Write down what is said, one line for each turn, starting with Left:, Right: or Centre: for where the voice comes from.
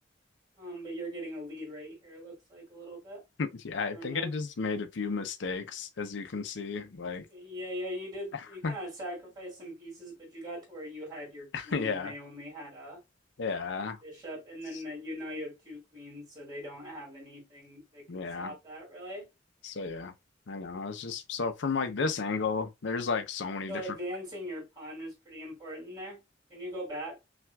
Right: Um, but you're getting a lead right here, it looks like a little bit.
Left: <laughs> Yeah, I
Right: Or
Left: think
Right: no?
Left: I just made a few mistakes, as you can see. Like,
Right: Okay, Yeah, yeah, you did
Left: <laughs>
Right: you kind of sacrificed some pieces, but you got to where you had your queen
Left: yeah,
Right: and they only had a
Left: yeah,
Right: bishop, and
Left: s-
Right: then that you now you have two queens, so they don't have anything that
Left: yeah.
Right: can stop that really.
Left: So, yeah, I know. I was just so from like this angle, there's like so many
Right: So
Left: different.
Right: advancing your pawn was pretty important there. Can you go back?